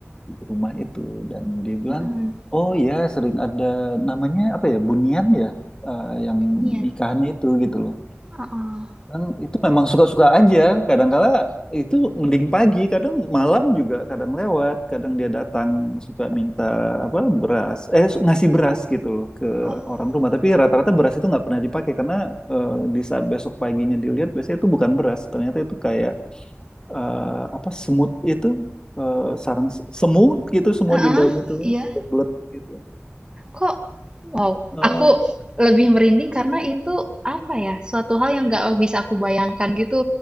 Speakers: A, on the left; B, on the right.
A: rumah itu dan dia bilang
B: Mm-mm.
A: oh ya sering ada namanya apa ya bunian ya eh, yang
B: niat?
A: nikahan itu gitu loh
B: Uh-uh.
A: dan itu memang suka-suka aja. Kadangkala itu mending pagi, kadang malam juga, kadang lewat, kadang dia datang suka minta apa beras, eh su- ngasih beras gitu loh ke
B: Oh.
A: orang rumah. Tapi rata-rata beras itu nggak pernah dipakai karena eh, di saat besok paginya dilihat biasanya itu bukan beras, ternyata itu kayak eh, apa semut itu eh, sarang s- semut gitu semua
B: Heeh,
A: di dalam itu
B: iya.
A: belet gitu.
B: Kok wow,
A: Eh,
B: aku lebih merinding karena itu apa ya? Suatu hal yang nggak bisa aku bayangkan gitu.